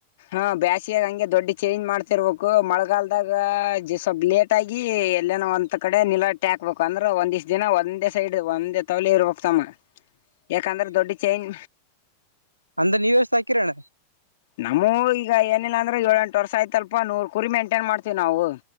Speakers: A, on the left; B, on the right.
A: ಹ ಬ್ಯಾಸಿಯಾಗ ಹಂಗೆ ದೊಡ್ಡ ಚೇಂಜ್ ಮಾಡ್ತಿರ್ಬೇಕು ಮಳೆಗಾಲದಾಗ ಸ್ವಲ್ಪ್ ಲೇಟ್ ಆಗಿ ಎಲ್ಲೇನೋ ಒಂದ್ ಕಡೆ ನಿಲಾಟ್ಟಿ ಹಾಕ್ಬೇಕು ಅಂದ್ರ ಒಂದ ಇಷ್ಟ್ ದಿನ ಒಂದೇ ಸೈಡ್ ಒಂದೇ ತವಲಿ ಇರ್ಬೇಕಕ್ ತಮ್ಮ ಯಾಕಂದ್ರೆ ದೊಡ್ಡ ಚೈನ್
B: ಅಂದ ನೀ ಯಸ್ಾಕರಣ
A: ನಮ್ಮೂ ಈಗ ಏನಿಲ್ಲ ಅಂದ್ರ ಏಳ ಎಂಟು ವರ್ಷ ಆಯ್ತಲ್ ಅಪ್ಪ ನೂರು ಕುರಿ ಮೈಂಟೈನ್ ಮಾಡ್ತವಿ ನಾವು